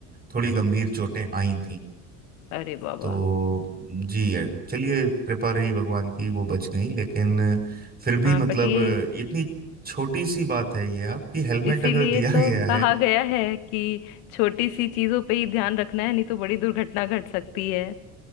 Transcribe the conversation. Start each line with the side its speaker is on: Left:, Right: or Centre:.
Right: थोड़ी गंभीर चोटें आई
Left: अरे बाबा
Right: तो जी है चलिए कृपा रही भगवान की वो बच गई लेकिन फिर भी
Left: हाँ
Right: मतलब
Left: बट ये
Right: इतनी छोटी सी बात है ये आपकी हेलमेट
Left: इसीलिए
Right: अगर दिया
Left: तो
Right: <laughs> गया है
Left: कहा गया है कि छोटी सी चीजों पे ही ध्यान रखना है नहीं तो बड़ी दुर्घटना घट सकती है